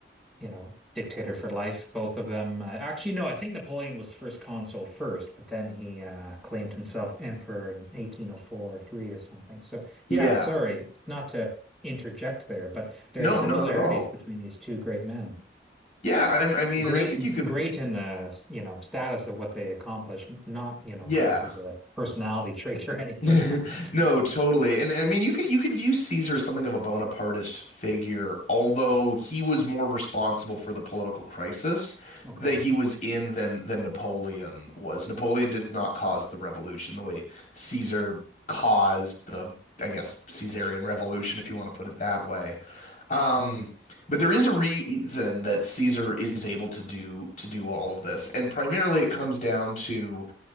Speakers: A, in the centre; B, on the left.
A: you know, dictator for life. Both of them. Uh, actually, no, I think Napoleon was first consul first, but then he uh, claimed himself emperor in 1804 or three or something. So yeah,
B: yeah,
A: sorry, not to interject there, but there
B: no,
A: are similarities
B: not at all.
A: between these two great men.
B: Yeah, I, I mean,
A: Great,
B: and I think you could,
A: great in the, you know, status of what they accomplish, not, you know,
B: yeah.
A: great as a personality <laughs> trait or anything.
B: <laughs>
A: <laughs>
B: No, totally. And I mean, you could you could view Caesar as something of a Bonapartist figure, although he was more responsible for the political crisis
A: Okay.
B: that he was in than than Napoleon was. Napoleon did not cause the revolution the way Caesar caused the, I guess, Caesarian revolution, if you want to put it that way. Um, but there is a reason that Caesar is able to do to do all of this, and primarily it comes down to